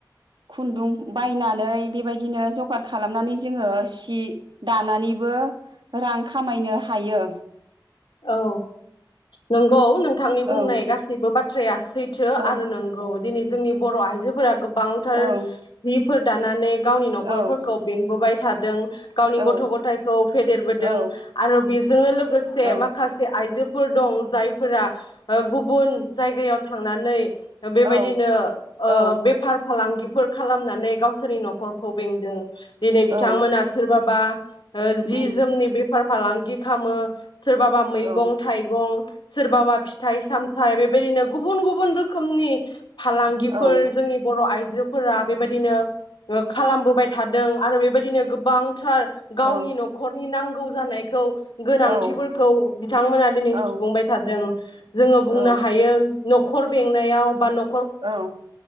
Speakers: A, on the right; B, on the left.
A: खुन्दुं बायनानै बेबायदिनो जगार खालामनानै जोङो। सि दानानैबो रां खामायनो हायो।
B: औ नंगौ नोंथांनि बुंनाय
A: औ
B: गासैबो बाथ थ्रेयास। थैथो
A: औ
B: आरो नोंगौ दिनै। जोंनि बर' आइजोफोरा गो बांथार
A: औ
B: बि फोर दानानै। गावनि न'खरफोरखौ
A: औ
B: बेंबोबाय। थादों। गावनि
A: औ
B: गथ' गथायखौ फेदेरबोदों
A: औ
B: आरो बेजोंनो लोगोसे
A: औ
B: मा माखासे आइजोफोर दं जायफोरा गुबुन जायगायाव थ थांनानै। बेबायदिनो
A: औ
B: ओ
A: औ
B: बेफार फालांगिफोर खालामनानै गावसोरनि न'खरखौ बेंदों दिनै बिथांमोना
A: औ
B: सोरबा। बा जि
A: उम
B: जोमनि बे फार फालांगि खामो सोरबा। मैगं
A: औ
B: थाइगं सोरबाबा फिथाइ सामथ न बेबायदिनो गुबुन गुबुन रोखोमनि। फालांगिफोर
A: औ
B: जोंनि बर' आइजो। <unintelligible> फोरा बेबायदिनो। खालामबोबाय थादों आरो बेबायदि। बिदिनो गोबां। थार
A: औ
B: गावनि
A: औ
B: न'खरनि नांगौ। गौ जानायखौ। गोनांथि
A: औ
B: बोर <unintelligible> बिथांमोना दिनै
A: औ
B: सुफुंबाय थादों जोंङो बुंनो
A: औ
B: हायो। न'खर बेंनायाव बा न
A: औ